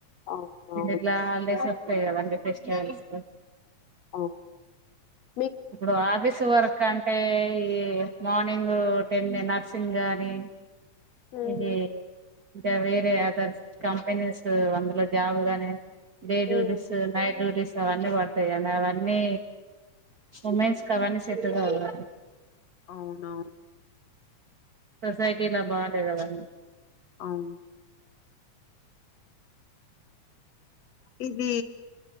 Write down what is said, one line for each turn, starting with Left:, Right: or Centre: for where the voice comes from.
Left: అవునవును
Right: ఇట్లా హాల్ డేస్ ఉంటయ్ కద అండి ఎక్స్ట్రాల్ ఇస్తా
Left: ఆ ఫ
Right: ఇప్పుడు ఆఫీస్ వర్క్ అంటే ఎ మార్నింగ్ టెన్ నర్సింగ్ గాని
Left: హ్మ్.
Right: ఇది ఇంకా వేరే అదర్ కంపెనీస్ అందులో జాబ్ గానే డే
Left: హ్మ్.
Right: డ్యూటీస్ నైట్ డ్యూటీీస్ అవన్నీ కొడతాయి కద అవ అన్ మే ఉమెన్స్ కి అవఅన్నీ సెట్టుగావు గా
Left: అవును అవు
Right: సొసైటీలో బాలేదు గాని
Left: అవును ఇది